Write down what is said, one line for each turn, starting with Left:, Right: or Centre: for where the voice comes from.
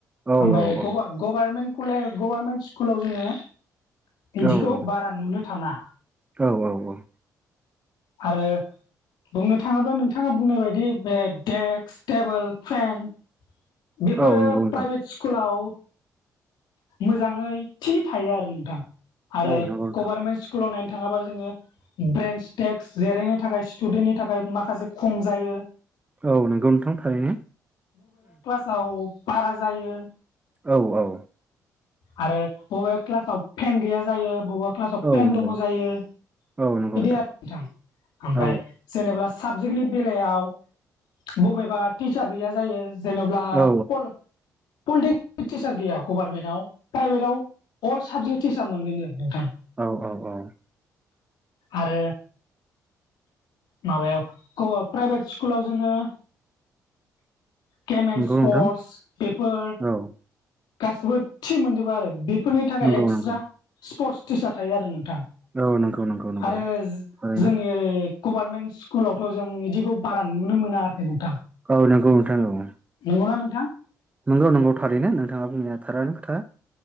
Right: औ
Left: ओमफ्राय
Right: औ
Left: गभारमेन्ट कले गभारनमेन्ट स्कुलाव जोङो बिदिखौ
Right: औ औ
Left: बारा नुनो थाङा।
Right: औ औ औ
Left: आरो बुंनो थाङोब्ला नोंथाङा बुंनाय बायदि बे डेक्स, टेबोल, फेन, बेफोरो
Right: औ नंगौ नोंथां
Left: प्राइभेट स्कुलाव मोजाङै थि थायो आरो नोंथां आरो
Right: औ नंगौ नोंथां
Left: गभारमेन्ट स्कुल लाव नायनो थाङाबा जोङो ब्रेन्स डेक्स जिरायनो थाखाय स्टुडेन्टनि थाखाय माखासे खम जायो।
Right: औ नोंगौ नोंथां थारैनो
Left: औ बारा जायो।
Right: औ औ
Left: आरो बबेबा क्लासाव फेन गैया जायो बबेबा क्लासाव
Right: औ
Left: पेन
Right: नंगौ
Left: दङ जायो
Right: औ नंगौ
Left: बिदि आरो नोंथां ओमफ्राय
Right: औ
Left: जेनेबा साबजेक्टनि बेलायाव बबेबा टिचार गैया जायो। जेनब्ला
Right: औ
Left: पल-पलिटिक्सनि टिचार गैया गभारमेन्टआव प्राइभेटआव अल साबजेक्ट टिचार मोनगोन जों नोंथां
Right: औ औ औ
Left: आरो माबायाव प्राइभेट स्कुलाव जोङो गेम एन्ड
Right: नंगौ
Left: स्पर्टस
Right: नोंथां
Left: बेफोर
Right: औ
Left: गाससिबो थि मोनजोबो आरो फोरनि थाखाय
Right: नंगौ
Left: एक्सट्रा
Right: नंगौ
Left: स्पर्टस टिचार थायो आरो नोंथां
Right: औ नंगौ नंगौ नंगौ
Left: आरो
Right: थारैनो
Left: जोंनि गभारनमेन्ट स्कुलावथ' जों बिदिखौ बारा नुनो मोना आरो नोंथां
Right: औ नंगौ नोंथां औ
Left: नंगौना नोंथां
Right: नंगौ नंगौ थारैनो नोंथाङा बुंनाय थारानो खोथा।